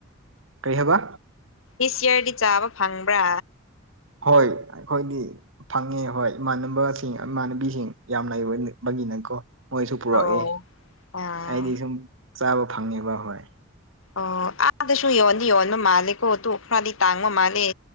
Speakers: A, on the right; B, on the left.
A: ꯀꯩꯍꯕ
B: ꯤꯁ ꯏꯌꯥꯔꯗꯤ ꯆꯥꯕ ꯐꯪꯕ꯭ꯔꯥ
A: ꯍꯣꯏ ꯑꯩꯈꯣꯏꯗꯤ ꯐꯪꯉꯦ ꯍꯣꯏ ꯏꯃꯥꯟꯅꯕꯁꯤꯡ ꯏꯃꯥꯟꯅꯕꯤꯁꯤꯡ ꯌꯥꯝ ꯂꯥꯏꯕꯕꯒꯤꯅꯀꯣ ꯃꯣꯏꯁꯨ ꯄꯨꯔꯛꯏꯦ
B: ꯑꯣ ꯑꯥ
A: ꯑꯩꯗꯤ ꯁꯨꯝ ꯆꯥꯕ ꯐꯪꯉꯦꯕ ꯍꯣꯏ
B: ꯑꯣ ꯑꯥꯗꯁꯨꯨ ꯌꯣꯟꯗꯤ ꯌꯣꯜꯕꯥ ꯃꯥꯂꯦ ꯀꯣ ꯑꯗꯨ ꯈꯔꯥꯗꯤ ꯇꯥꯡꯕꯥ ꯃꯥꯜꯂꯦ